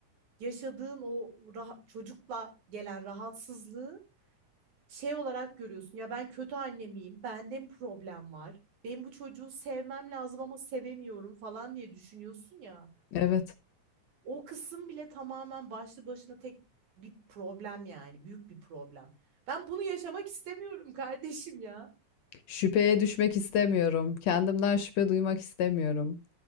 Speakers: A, on the right; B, on the left.
A: yaşadığın o rah- çocukla gelen rahatsızlığı şey olarak görüyorsun. Ya ben kötü anne miyim? Bende mi problem var? Benim bu çocuğu sevmem lazım ama sevemiyorum falan diye düşünüyorsun ya.
B: Evet.
A: O kısım bile tamamen başlı başına tek bir problem yani. Büyük bir problem. Ben bunu yaşamak istemiyorum kardeşim ya.
B: Şüpheye düşmek istemiyorum. Kendimden şüphe duymak istemiyorum.